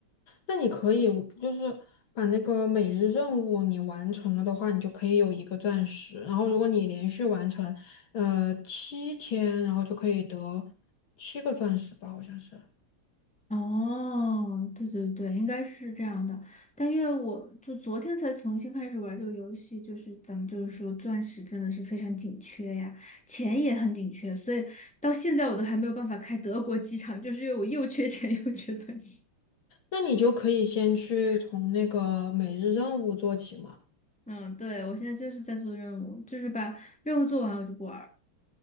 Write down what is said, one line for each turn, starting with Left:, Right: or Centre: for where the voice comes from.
Left: 那你可以就是把那个每日任务你完成了的话，你就可以有一个钻石。然后如果你连续完成呃七天，然后就可以得七个钻石吧，好像是。
Centre: 哦，对对对，应该是这样的。但因为我就昨天才重新开始玩这个游戏，就是咱们就是说钻石真的是非常紧缺呀，钱也很紧缺，所以到现在我都还没有办法开德国机场，就是因为我又缺钱又缺钻石。
Left: 那你就可以先去从那个每日任务做起嘛。
Centre: 嗯，对，我现在就是在做任务，就是把任务做完我就不玩儿